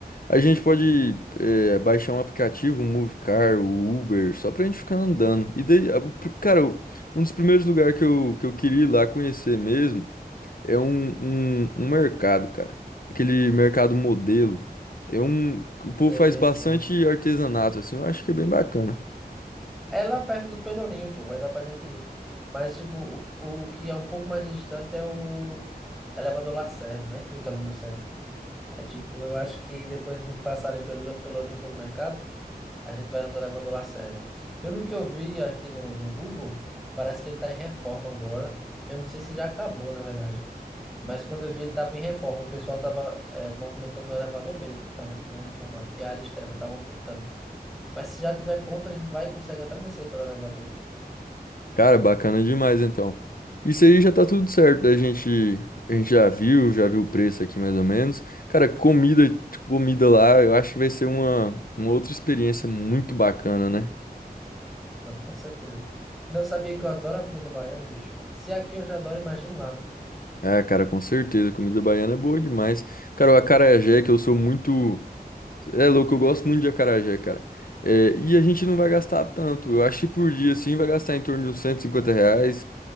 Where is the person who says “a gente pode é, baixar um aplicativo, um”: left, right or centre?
Left